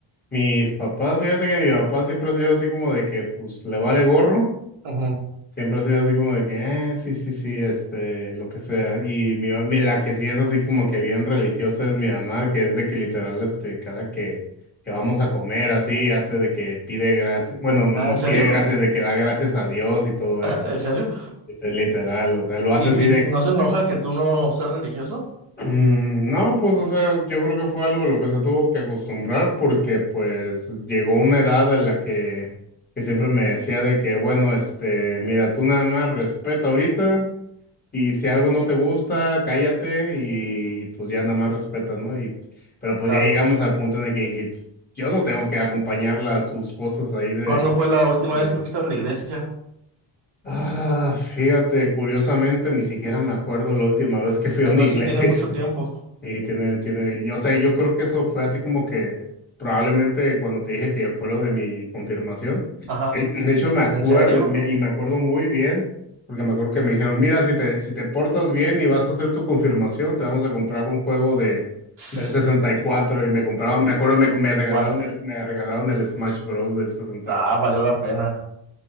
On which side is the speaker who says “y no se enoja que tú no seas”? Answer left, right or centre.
Right